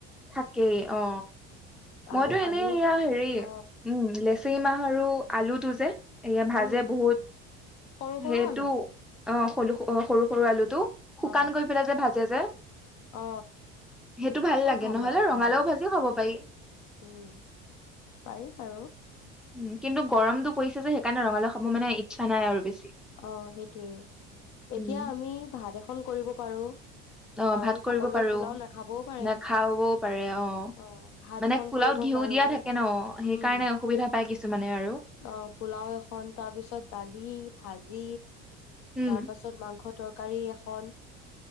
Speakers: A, in the centre; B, on the left (about 60°).
A: থাকেই অ
B: আৰু
A: মইতো এনেই
B: আমি
A: এয়া হেৰি
B: অ
A: উম লেচেৰি মাহ আৰু আলুটো। যেছে। এয়া ভাজে
B: উম
A: বহুত
B: সৰু সৰু
A: সেইটো।
B: আলু
A: অ সৰু সৰু সৰু আলু। শুকান
B: অ
A: গৈ পেলাই যে ভাজে যে
B: অ
A: সেইটো ভাল
B: বৰ
A: লাগে।
B: ভাল
A: নহলে
B: লাগে
A: ৰঙালাও
B: খাই
A: ভাজিও খাব পাৰি
B: উম পাৰিম আৰু।
A: উম কিন্তু গৰমতটো পৰিছে যে সেইকাৰণে ৰঙালাও খাব মানে ইচ্ছা নাই আৰু বেছি।
B: অ সেইটোয়ে এতিয়া
A: উম
B: আমি ভাত এখন কৰিব। পাৰো।
A: আহ
B: কাৰণ
A: ভাত কৰিব
B: সকলোৱে
A: পাৰো,
B: পোলাও নাখাবও পাৰে
A: নেখাবাও পাৰে অহ,
B: অ ভাত
A: মানে
B: এখন
A: পোলাওত
B: কৰিব
A: ঘিউ
B: পাৰো
A: দিয়া থাকে ন
B: উম
A: সেইকাৰণে অসুবিধা পায় কিছুমানে আৰু।
B: অ পোলাও এখন তাৰ পিছত দালি ভাজি।
A: উম
B: তাৰ পাছত মাংস তৰকাৰ। কাৰী এখন।